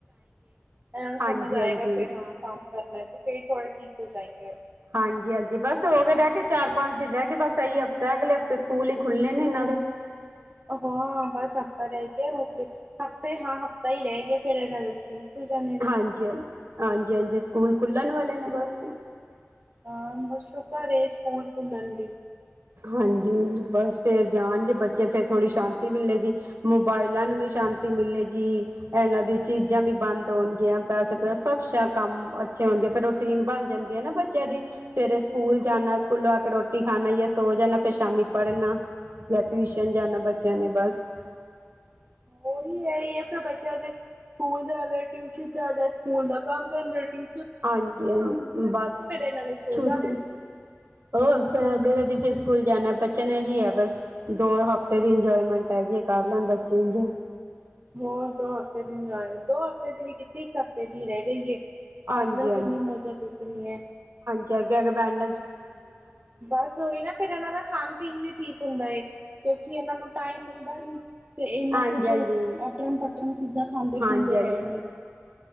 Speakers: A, on the right; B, on the right.
A: ਐ
B: ਹਾਂਜੀ
A: ਸਮਝ ਆਏਗਾ,
B: ਹਾਂਜੀ
A: ਫਿਰ ਹਾਂ ਕੰਮ ਕਰਨਾ, ਤੇ ਫਿਰ ਥੋੜੇ ਠੀਕ ਹੋ ਜਾਏਂਗੇ।
B: ਹਾਂਜੀ ਹਾਂਜੀ ਬਸ ਹੋ ਗਏ ਰਹਿ ਗਏ ਚਾਰ ਪੰਜ ਦਿਨ, ਰਹਿ ਗਏ ਬਸ ਇਹੀ ਹਫ਼ਤਾ, ਅਗਲੇ ਹਫ਼ਤੇ ਸਕੂਲ ਹੀ ਖੁਲਣੇ ਨੇ ਇਹਨਾਂ ਹ <inaudible>
A: ਹਾਂ ਬਸ ਹਫ਼ਤਾ, ਰਹਿ ਗਿਆ ਹਫ਼ਤੇ ਹਾਂ ਹਫ਼ਤਾ ਹੀ ਰਹਿ ਗਿਆ ਫਿਰ ਇਹਨਾਂ ਦੇ ਸਕੂਲ। ਖੁੱਲ ਜਾਣੇ ਨੇ।
B: ਹਾਂਜੀ, ਹਾਂਜੀ--ਹਾਂਜੀ ਸਕੂਲ ਖੁੱਲਣ ਵਾਲੇ ਨੇ ਬੱਸ।
A: ਹਾਂ, ਬਸ ਸ਼ੁਕਰ ਏ, ਸਕੂਲ ਖੁੱਲਣਗੇ।
B: ਹਾਂਜੀ ਬਸ ਫੇਰ ਜਾਣਗੇ ਬੱਚੇ ਫੇਰ ਥੋੜ੍ਹੀ ਸ਼ਾਂਤੀ ਮਿਲੇਗੀ ਮੋਬਾਇਲਾਂ ਨੂੰ ਵੀ ਸ਼ਾਂ ਸ਼ਾਂਤੀ ਮਿਲੇਗੀ ਇਹਨਾਂ ਦੀ ਚੀਜ਼ਾਂ ਵੀ ਬੰਦ ਹੋਣਗੀਆਂ ਪੈਸੇ ਪੈਸੇ ਸਭ ਸ਼ਛ ਕੰਮ ਅੱਛੇ ਹੋਣਗੇ ਫਿਰ ਰੋਟੀਨ ਬਣ ਜਾਂਦੀ ਹੈ ਨਾ ਬੱਚਿਆਂ ਦੀ ਸਵੇਰੇ ਸਕੂਲ ਜਾਣਾ ਸਕੂਲੋਂ ਆ ਕੇ ਰੋਟੀ ਖਾਣਾ ਜਾਂ ਸੋ ਜਾਣਾ ਫਿਰ ਸ਼ਾਮੀ ਪੜ੍ਹਨਾ ਜਾਂ ਟਿਊਸ਼ਨ ਜਾਣਾ ਬੱਚਿਆਂ ਨੇ ਬਸ
A: ਉਹੀ ਹੈ ਹੀ ਹੈ ਫਿਰ ਬਚਿਆ ਦੇ ਸਕੂਲ, ਜਾ ਕੇ, ਟਿਊਸ਼ਨ ਜਾਂਦਾ ਸੀ, ਸਕੂਲ, ਦਾ ਕੰਮ ਕਰਦਾ ਸੀ।
B: ਹਾਂਜੀ--ਹਾਂਜੀ ਬਸ
A: ਇਹਨਾਂ ਨੇ ਸੋ
B: ਛੁਟੀ
A: ਜਾਣੇ।
B: ਹੋਰ, ਫਿਰ ਅਗਲੇ ਦਿਨ ਫਿਰ ਸਕੂਲ ਜਾਣਾ ਬੱਚਿਆਂ ਨੇ ਹੀ ਹੈ ਬਸ ਦੋ ਹਫ਼ਤੇ ਦੀ ਇੰਜੋਏਮੈਂਟ ਹੈਗੀ ਹੈ ਕਰ ਲੈਣ ਬੱਚੇ ਇੰਜਏ
A: ਦੋ, ਦੋ ਹਫਤੇ ਦਿਨ ਲਾ ਆਈ? ਛੁੱਟੀ, ਵੀ ਇੱਕ ਹਫ਼ਤੇ, ਦੀ ਰਹਿ ਗਈ ਏ ਕਰ
B: ਹਾਂਜੀ
A: ਲਉ ਜਿੰਨੀ ਮੌਜਾਂ ਲੁੱਟਣੀ ਐ।
B: ਜਗ ਬੈਡ <unintelligible>
A: ਬਸ, ਓਹੀ ਨਾ ਫਿਰ ਇਹਨਾਂ ਦਾ ਖਾਣ ਪੀਣ ਵੀ ਠੀਕ ਹੁੰਦਾ ਏ, ਕਿਉਂਕਿ ਇਹਨਾਂ ਨੂੰ ਟਾਈਮ, ਮਿਲਦਾ ਨਈ। ਤੇ ਇਨਾ
B: ਹਾਂਜੀ
A: ਕੁਛ,
B: ਹਾਂਜੀ
A: ਅਟਰਨ--ਪਟਰੱਮ ਚੀਜ਼ਾਂ ਖਾਂਦੇ
B: ਹਾਂਜੀ
A: ਖੁਦੇ, ਹੈ ਨਈ।